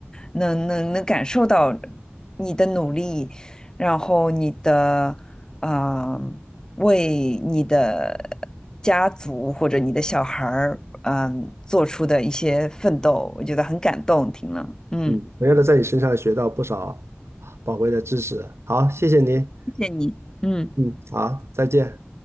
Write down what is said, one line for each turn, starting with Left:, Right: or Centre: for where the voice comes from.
Left: 能能能感受到你的努力，然后你的，啊为你的家族或者你的小孩儿，嗯，做出的一些奋斗，我觉得很感动，听了，嗯，
Right: 嗯，同样的，在你身上学到不少宝贵的知识。好，谢谢您。
Left: 谢谢你，嗯。
Right: 嗯，好，再见。